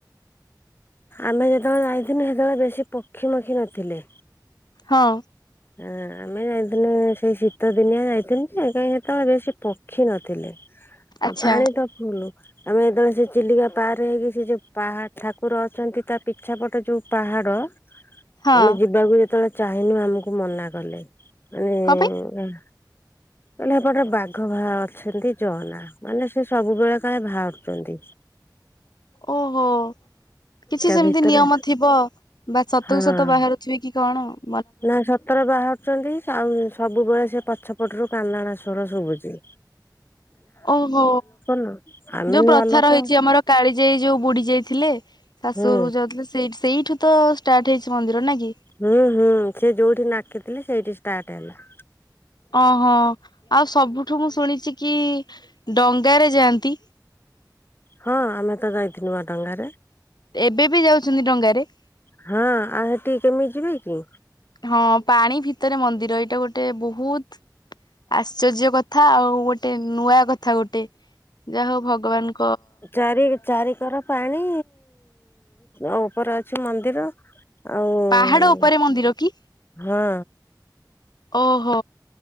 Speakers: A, on the left; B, on the left.
A: ଆମେ ଯେତବେଳେ ଯାଇଥିନୁ ସେତବେଳେ ବେଶୀ ପକ୍ଷୀ ମକ୍ଷୀ ନଥିଲେ।
B: ହଁ।
A: ଏଁ ଆମେ ଯାଇଥିଲୁ ସେଇ ଶୀତ ଦିନିଆ ଯାଇଥିନୁ ଯେ କାଇଁ ସେତବେଳେ ବେଶୀ ପକ୍ଷୀ ନଥିଲେ।
B: ଆଚ୍ଛା
A: ଆଉ ପାଣି ତ ଫୁଲ୍। ଆମେ ଯେତବେଳେ ସେ ଚିଲିକା ପାରେ ହେଇକି ସେ ଯୋଉ ପାହା ଠାକୁର ଅଛନ୍ତି ତା ପିଛା ପଟ ଯୋଉ ପାହାଡ
B: ହଁ
A: ଆମେ ଯିବାକୁ ଯେତବେଳେ ଚାହିଁନୁ ଆମୁକୁ ମନା କଲେ ମାନେ
B: କଣ ପାଇଁ?
A: ଏଁ କହିଲେ ହେପଟେ ବାଘ ବା ଅଛନ୍ତି ଯଅନା ମାନେ ସେ ସବୁବେଳେ କାଳେ ବାହାରୁଚନ୍ତି।
B: ଓ ହୋ କିଛି
A: ତା
B: ସେମତି
A: ଭିତରେ
B: ନିୟମ ଥିବ ବା ସତୁକୁ
A: ହଁ
B: ସତ ବାହାରୁ ଥିବେ କି କଣ ଆଉ।
A: ନା ସତରେ ବାହାରୁଚନ୍ତି ଆଉ ସବୁବେଳେ ସେ ପଛ ପଟରୁ କାନ୍ଦଣା ସ୍ୱର ଶୁଭୁଚି।
B: ଓହୋ
A: ନୁହଁ ଆମେ
B: ଯୋଉ
A: ନୂଆ
B: ପ୍ରଥା
A: ଲୋକ
B: ରହିଛି ଆମର କାଳିଜାଈ ଯୋଉ ବୁଡି ଯାଇଥିଲେ? ଶାଶୁ
A: ହୁଁ
B: ଘରକୁ ଯାଉଥିଲେ ସେଇ ସେଇଠୁ ତ ଷ୍ଟାର୍ଟ ହେଇଛି ମନ୍ଦିର ନା କି?
A: ହୁଁ ହୁଁ ସେ ଯୋଉଠି ନାକିଥିଲେ ସେଇଠି ଷ୍ଟାର୍ଟ ହେଲା।
B: ଓହୋ ଆଉ ସବୁଠୁ ମୁଁ ଶୁଣିଛି କି ଡଙ୍ଗାରେ ଯାଆନ୍ତି?
A: ହଁ ଆମେ ତ ଯାଇଥିଲୁ ନୂଆ ଡଙ୍ଗାରେ।
B: ଏବେ ବି ଯାଉଛନ୍ତି ଡଙ୍ଗାରେ?
A: ହଁ ଆଉ ସେଠିକି କେମିତି ଯିବେ କି?
B: ହଁ ପାଣି ଭିତରେ ମନ୍ଦିର ଏଇଟା ଗୋଟେ ବହୁତ ଆଶ୍ଚର୍ଯ୍ୟ କଥା ଆଉ ଗୋଟେ ନୂଆ କଥା ଗୋଟେ ଯାହା ହଉ ଭଗବାନ
A: ଚାରି ଚାରିିକର ପାଣି ଉପରେ ଅଛି ମନ୍ଦିର। ଆଉ
B: ପାହାଡ ଉପରେ ମନ୍ଦିର କି
A: ହଁ।
B: ଓହୋ।